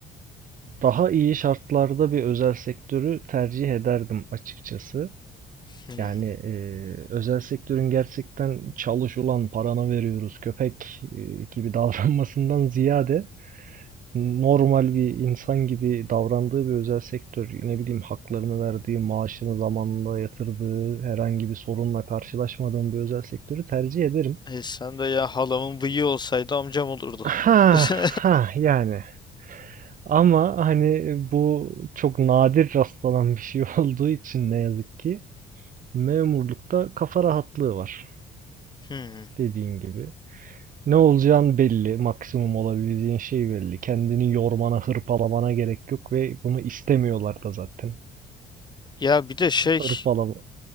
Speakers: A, on the right; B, on the left.
A: daha iyi şartlarda bir özel sektörü tercih ederdim açıkçası.
B: Hmm.
A: Yani e, özel sektörün gerçekten çalış ulan paranı veriyoruz köpek e, gibi <laughs> davranmasından ziyade normal bir insan gibi davrandığı bir özel sektör, ne bileyim haklarını verdiği, maaşını zamanında yatırdığı, herhangi bir sorunla karşılaşmadığım bir özel sektörü tercih ederim.
B: E sen de ya halamın bıyığı olsaydı amcam olurdu.
A: Ha
B: <laughs>
A: ha yani ama hani bu çok nadir rastlanan bir şey <laughs> olduğu için ne yazık ki memurlukta kafa rahatlığı var
B: Hmm.
A: dediğin gibi. Ne olacağın belli, maksimum olabileceğin şey belli. Kendini yormana, hırpalamana gerek yok ve bunu istemiyorlar da zaten.
B: Ya bir de şey
A: Hırpalama,